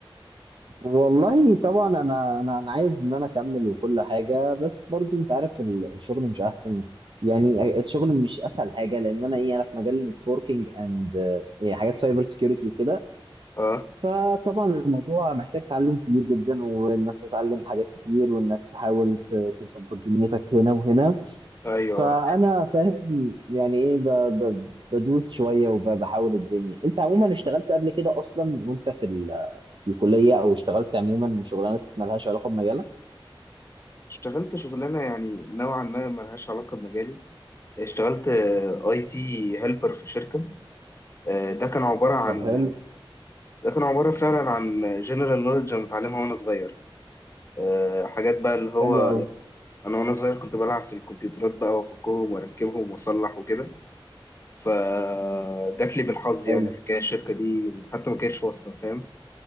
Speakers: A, on the right; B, on the left.
A: والله طبعا انا انا انا عايز ان انا اكمل وكل حاجه بس برضو انت عارف ال- الشغل مش احسن يعني الشغل مش اسهل حاجه لان انا ايه انا في مجال النتوركينج اند يعني حاجات سايبر سكيورتي وكده
B: اه
A: فطبعا الموضوع محتاج تعلم كبير جدا وانك تتعلم حاجات كتير وانك تحاول ت- تظبط دنيتك هنا وهنا
B: ايوه
A: فانا فاهم يعني ايه ب- ب- بدوس شويه وبحاول الدنيا انت عموما اشتغلت قبل كده اصلا وانت في ال في الكلية أو اشتغلت عموما شغلانات مالهاش علاقة بمجالك
B: اشتغلت شغلانه يعني نوعا ما ملهاش علاقه بمجالي اشتغلت اي تي هيلبر في شركه آه، ده كان عباره عن
A: طب حلو
B: ده كان عباره فعلا عن جنرال نوليدج انا متعلمها وانا صغير آه، حاجات بقى اللي هو
A: حلو قوي
B: يعني انا وانا صغير كنت بلعب في الكمبيوترات بقى وافكهم واركبهم واصلح وكده فجات لي بالحظ
A: حلو
B: يعني الحكايه الشركه دي حتى ما كانتش واسطه فاهم